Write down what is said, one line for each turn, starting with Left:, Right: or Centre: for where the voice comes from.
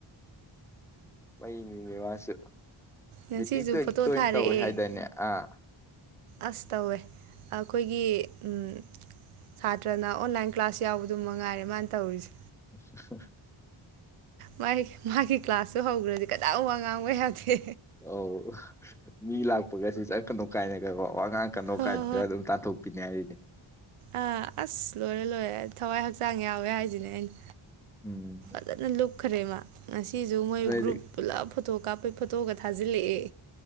Centre: ꯃꯩꯅꯤꯅꯦ ꯃꯥꯁꯨ꯫
Right: ꯉꯁꯤꯁꯨ
Centre: ꯃꯤꯇꯤꯡ ꯇꯣꯏ
Right: ꯐꯣꯇꯣ
Centre: ꯇꯣꯏꯅ
Right: ꯊꯥꯔꯛꯑꯦ
Centre: ꯇꯧꯋꯦ ꯍꯥꯏꯗꯥꯏꯅꯦ ꯑꯥ꯫
Right: ꯑꯁ ꯇꯧꯋꯦ ꯑꯩꯈꯣꯏꯒꯤ ꯎꯝ꯫ ꯁꯥꯇ꯭ꯔꯅ ꯑꯣꯟꯂꯥꯏꯟ ꯀ꯭ꯂꯥꯁ ꯌꯥꯎꯕꯗꯨ ꯃꯉꯥꯏꯔꯦ ꯃꯥꯅ ꯇꯧꯔꯤꯁꯦ꯫
Centre: <unintelligible>
Right: ꯃꯥꯏ ꯃꯥꯒꯤ ꯀ꯭ꯂꯥꯁꯇꯨ ꯍꯧꯈ꯭ꯔꯗꯤ ꯀꯅꯥꯝ ꯋꯥ ꯉꯥꯡꯕ ꯌꯥꯗꯦ꯫
Centre: ꯑꯧ ꯃꯤ ꯂꯥꯛꯄꯒꯁꯦ ꯆꯪꯉꯛ ꯀꯅꯣ ꯀꯥꯏꯅ꯫ ꯀ ꯋꯥ ꯉꯥꯡ ꯀꯥ ꯅꯣꯛꯀꯥꯟ
Right: ꯍꯣꯏ
Centre: ꯑꯗꯨꯝ ꯇꯥꯟꯊꯣꯛꯄꯤꯅꯤ ꯍꯥꯏꯔꯤꯅꯦ꯫
Right: ꯑ ꯑꯁ ꯂꯣꯏꯔꯦ ꯂꯣꯏꯔꯦ ꯊꯋꯥꯏ ꯍꯛꯆꯥꯡ ꯌꯥꯎꯋꯦ ꯍꯥꯏꯁꯤꯅꯦ ꯑꯩꯅ꯫
Centre: ꯎꯝ꯫
Right: ꯐꯖꯅ ꯂꯨꯞꯈ꯭ꯔꯦꯃ ꯉꯁꯤꯁꯨ ꯃꯣꯏ
Centre: ꯑꯗꯩꯗꯤ
Right: ꯒ꯭ꯔꯨꯞ ꯄꯨꯂꯞ ꯐꯣꯇꯣ ꯀꯥꯞꯄꯩ ꯐꯣꯇꯣꯒ ꯊꯥꯖꯤꯜꯂꯛꯑꯦ꯫